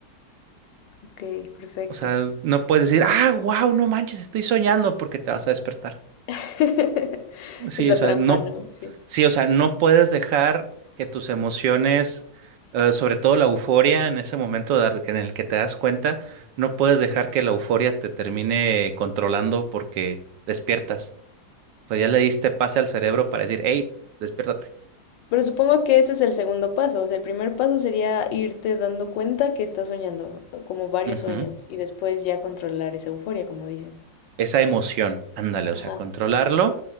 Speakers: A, on the left; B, on the right.
A: Ok, perfecto.
B: O sea, no puedes decir, ah, wow, no manches, estoy soñando porque te vas a despertar.
A: <laughs>
B: Sí,
A: Es la
B: o sea,
A: trampa,
B: no,
A: ¿no? Sí.
B: sí, o sea, no puedes dejar que tus emociones, eh, sobre todo la euforia en ese momento de- dar- en el que te das cuenta, no puedes dejar que la euforia te termine controlando porque despiertas. O sea, ya le diste pase al cerebro para decir, hey, despiértate.
A: Pero supongo que ese es el segundo paso. O sea, el primer paso sería irte dando cuenta que estás soñando, como varios
B: Ujú.
A: sueños, y después ya controlar esa euforia, como dices.
B: esa emoción, ándale, o
A: Ajá.
B: sea, controlarlo